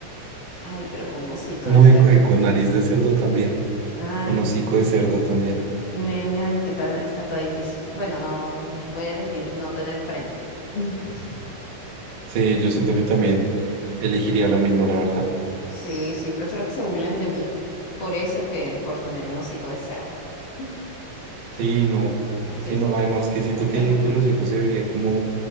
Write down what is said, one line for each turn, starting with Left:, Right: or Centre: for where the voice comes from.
Left: Ay, pero con un hocico
Right: No,
Left: de cerdo.
Right: y co- y con, nariz de cerdo también,
Left: Ay,
Right: con hocico de cerdo también.
Left: niña, ay, que ta- está tan difícil. Bueno, no, voy a elegir no tener frente. <laughs>
Right: Sí, yo siento que también elegiría la misma, la verdad.
Left: Sí, sí, prefiero que se burlen de mí por eso que por tener un hocico de cerdo. <laughs>
Right: Sí, no. Sí,
Left: Sí,
Right: no,
Left: sí,
Right: además que siento
Left: la gente
Right: que,
Left: es muy
Right: que
Left: cruel.
Right: el hocico se vería como,